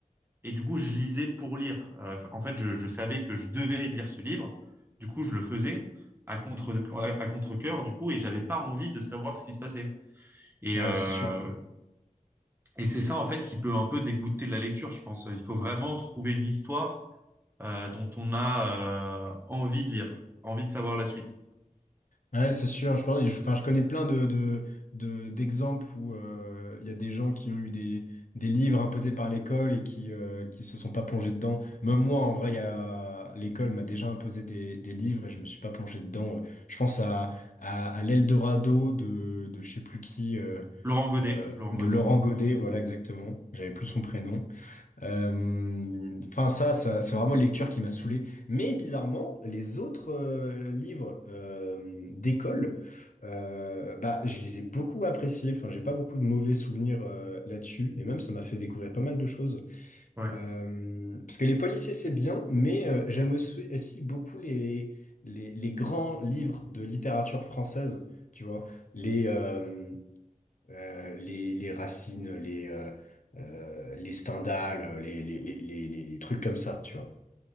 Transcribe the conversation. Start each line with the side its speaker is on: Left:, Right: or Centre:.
Right: Et du coup, je lisais pour lire. Euh, en fait, je, je savais que je devais lire ce livre. Du coup, je le faisais à contre à contre-cœur du coup et j'avais pas envie de savoir ce qui se passait et
Left: ouais,
Right: euh,
Left: c'est sûr.
Right: et c'est ça en fait qui peut un peu dégoûter de la lecture je pense il faut vraiment trouver une histoire euh, dont on a euh, envie de lire envie de savoir la suite
Left: Ouais, c'est sûr. Je, pense- je- enfin, je connais plein de, de, de- d'exemples où euh, il y a des gens qui ont eu des, des livres imposés par l'école et qui, euh, qui se sont pas plongés dedans. Même moi, en vrai, il y a, l'école m'a déjà imposé des, des livres et je me suis pas plongé dedans. Euh, Je pense à, à, à l'Eldorado de, de je sais plus qui. euh,
Right: Laurent Godet
Left: euh,
Right: Laurent
Left: de
Right: Godet
Left: Laurent Godet, voilà exactement. J'avais plus son prénom. Euh, Enfin ça, ça c'est vraiment une lecture qui m'a saoulé. Mais bizarrement, les autres euh, livres euh, d'école, euh, bah je les ai beaucoup appréciés. Enfin j'ai pas beaucoup de mauvais souvenirs euh, là-dessus. Et même ça m'a fait découvrir pas mal de choses.
Right: ouais
Left: Euh, parce que les policiers c'est bien, mais euh, j'aime aussi, aussi beaucoup les, les les grands livres de littérature française. Tu vois les, euh, euh, les, les racines les, euh, euh, les Stendhal, les, les, les, les, les- les trucs comme ça, tu vois.